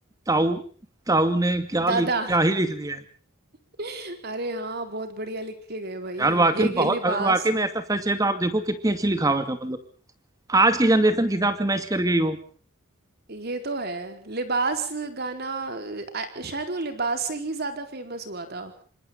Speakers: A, on the right; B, on the right.
A: ताऊ ताऊ ने क्या
B: दादा
A: लिख क्या ही लिख दिया है
B: <laughs> अरे हाँ बहुत बढ़िया लिख के गए भाई
A: यार वाकई
B: ये
A: में
B: कि
A: बहुत
B: लिबास
A: अगर वाकई में ऐसा सच है तो आप देखो कितनी अच्छी लिखावट है मतलब आज की जनरेशन के हिसाब से मैच कर गई हो
B: ये तो है लिबास गाना अ, आ- शायद वो लिबास से ही ज्यादा फेमस हुआ था